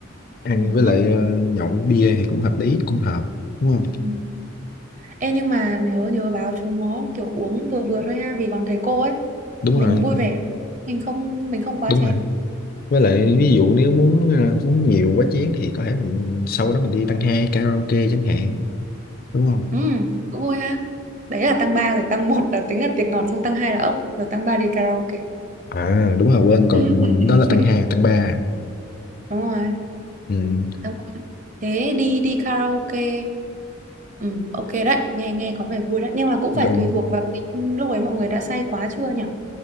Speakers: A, on the left; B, on the right.
A: ăn
B: Ừ.
A: với
B: hứ.
A: lại ờ, nhậu với bia thì cũng hợp lý cũng hợp đúng không
B: Ừ. Ê nhưng mà nhớ nhớ báo chúng nó kiểu uống vừa vừa thôi ha vì còn thầy cô ấy,
A: đúng
B: mình
A: rồi
B: vui vẻ. Mình không mình không quá
A: đúng rồi
B: chén.
A: với lại ví dụ nếu muốn ờ, uống nhiều quá chén thì có thể mình sau đó mình đi tăng hai karaoke chẳng hạn đúng không
B: Ừ, cũng vui ha. Đấy là tăng 3 rồi tăng một là tính là tiệc ngọt xong tăng 2 là ốc rồi tăng 3 đi karaoke.
A: à đúng rồi quên còn
B: <laughs>
A: mình đó là tăng hai tăng ba
B: đúng rồi
A: ừ.
B: tháng qua thế đi đi karaoke ừ ok đấy nghe nghe có vẻ vui đấy nhưng mà cũng
A: Gần
B: phải tùy thuộc vào lúc ấy mọi người đã say quá chưa nhỉ